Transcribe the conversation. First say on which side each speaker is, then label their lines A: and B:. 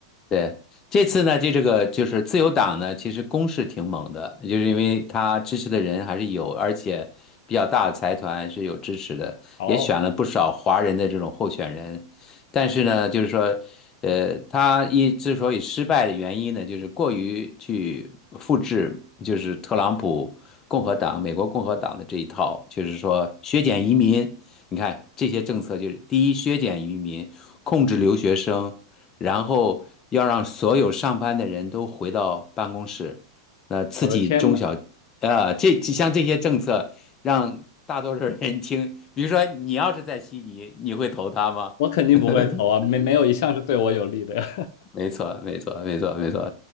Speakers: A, on the left; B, on the left.
A: 对，这次呢，就这个就是自由党呢，其实攻势挺猛的，就是因为他支持的人还是有，而且比较大的财团是有支持的，
B: 哦，
A: 也选了不少华人的这种候选人。但是呢，就是说，呃，他一之所以失败的原因呢，就是过于去复制，就是特朗普共和党、美国共和党的这一套，就是说削减移民。你看这些政策，就是第一，削减移民，控制留学生。然后要让所有上班的人都回到办公室，呃，刺激中小，
B: 我的天呐，
A: 呃，这像这些政策让大多数人听，<laughs> 比如说你要是在悉尼，你会投他吗？
B: 我肯定不会投啊，
A: <laughs>
B: 没没有一项是对我有利的呀。
A: 没错，没错，没错，没错，